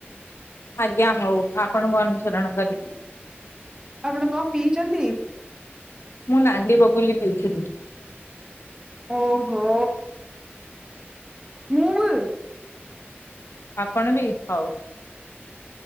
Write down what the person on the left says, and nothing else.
ଆଜ୍ଞା ହଉ ଆପଣଙ୍କୁ ଅନୁସରଣ କରିବି।
ମୁଁ ନାଣ୍ଡି ବଗୁଲି ପିଇଥିଲି।
ଆପଣ ବି ହଉ।